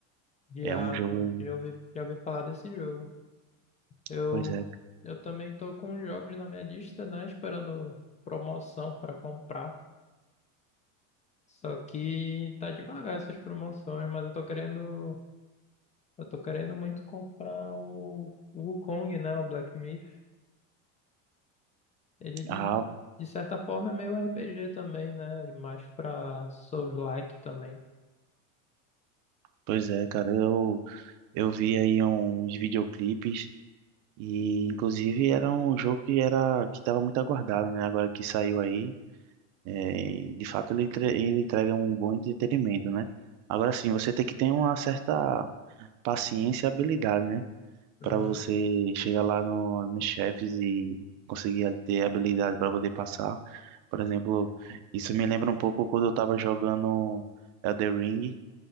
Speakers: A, on the left; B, on the right.
A: E,
B: É
A: ah,
B: um jogo
A: mano, eu ouvi, já ouvi falar desse jogo. Eu,
B: Pois é,
A: eu também tô com os jogos na minha lista, né? Esperando promoção pra comprar. Só que tá devagar essas promoções, mas eu tô querendo, eu tô querendo muito comprar o o Wukong, né? O Black Myth. Ele de,
B: ah,
A: de certa forma é meio RPG também, né? Mais pra Souls-like também.
B: pois é, cara, eu, eu vi aí uns videoclipes e inclusive era um jogo que era que estava muito aguardado, né? Agora que saiu aí, é, de fato ele, entre- ele entrega um bom entretenimento, né? Agora sim, você tem que ter uma certa paciência e habilidade, né?
A: Uhum,
B: Para você chegar lá no, nos chefes e conseguir ter habilidade para poder passar. Por exemplo, isso me lembra um pouco quando eu estava jogando Elden Ring.